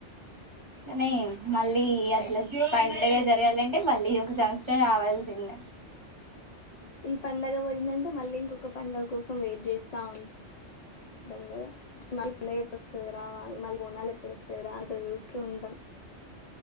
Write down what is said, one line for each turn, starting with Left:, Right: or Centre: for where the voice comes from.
Right: కానీ మళ్ళీ అట్లా పండగ జరగాలంటే మళ్ళీ ఒక సంవత్సరం రావాల్సిందే
Left: ఈ పండగ పోయిందంటే మళ్ళీ ఇంకొక క పండగ కోసం వెయిట్ చేస్తా ఉన్ ఉంటాం కదా అసలు మళ్ళీ <unintelligible> వస్తది రా మళ్ళీ బోనాలు ఎప్పుడు వస్తాయి రా అని ఎదురు చూస్తూ ఉంటాం.